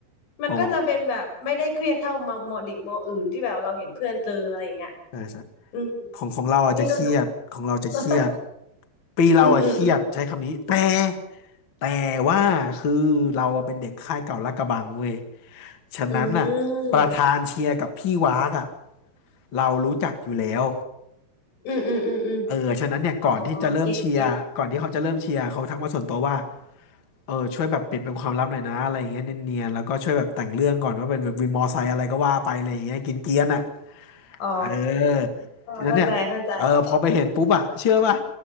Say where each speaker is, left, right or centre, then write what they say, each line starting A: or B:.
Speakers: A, on the left; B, on the left.
A: มันก็จะเป็นแบบไม่ได้เครียดเท่ามมเด็กมอื่นที่แบบเราเห็นเพื่อนเจออะไรอย่างเงี้ย
B: อ๋อใช่ใช่
A: อืม
B: ของของเราอาจจะเครียดของเราจะเครียด
A: นี่ก็ดู <laughs>
B: ปีเราอะเครียดใช้คำนี้แต่
A: อืมอืมอืม
B: แต่ว่าคือเราอะเป็นเด็กค่ายเก่าลาดกระบังเว้ยฉะนั้นอะประธานเชียร์กับพี่วากอะ
A: อืม
B: เรารู้จักอยู่แล้ว
A: อืมอืมอืมอืม
B: เออฉะนั้นเนี่ยก่อนที่จะเริ่มเชียร์ก่อนที่เขาจะเริ่มเชียร์เขาทักมาส่วนตัวว่า
A: อ๋อเก็ตเก็ต
B: เออช่วยแบบปิดเป็นความลับหน่อยนะอะไรอย่างเงี้ยเนียนๆแล้วก็ช่วยแบบแต่งเรื่องก่อนว่าเป็นวินมอไซค์อะไรก็ว่าไปอะไรอย่างเงี้ยกินเกรียนๆอะ
A: อ๋อ
B: เออทีนั้นเนี่ยเออพอไปเห็นปุ๊บอะเชื่อป่ะ
A: เข้าใจเข้าใจ